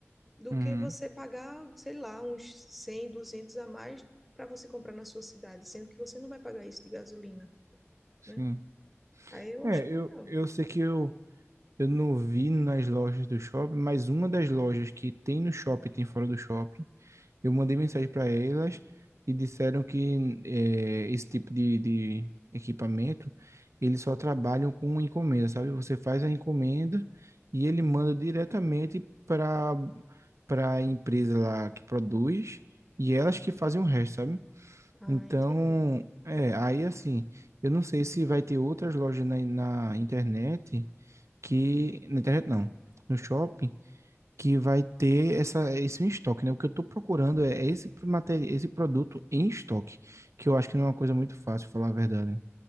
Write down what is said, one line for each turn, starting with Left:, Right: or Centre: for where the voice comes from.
Centre: do
Right: uhum,
Centre: que você pagar, sei lá, uns 100, 200 a mais para você comprar na sua cidade, sendo que você não vai pagar isso de gasolina, né?
Right: sim.
Centre: Aí eu acho
Right: É,
Centre: melhor.
Right: eu, eu sei que eu Eu não vi nas lojas do shopping, mas uma das lojas que tem no shopping, tem fora do shopping. Eu mandei mensagem para elas e disseram que eh, esse tipo de, de equipamento, eles só trabalham com encomenda, sabe? Você faz a encomenda e ele manda diretamente para para a empresa lá que produz e elas que fazem o resto, sabe?
Centre: Ah,
Right: Então,
Centre: entendi.
Right: é, aí assim, eu não sei se vai ter outras lojas na na internet que na internet não, no shopping que vai ter essa esse em estoque, né? O que eu estou procurando é é esse material, esse produto em estoque, que eu acho que não é uma coisa muito fácil, falar a verdade.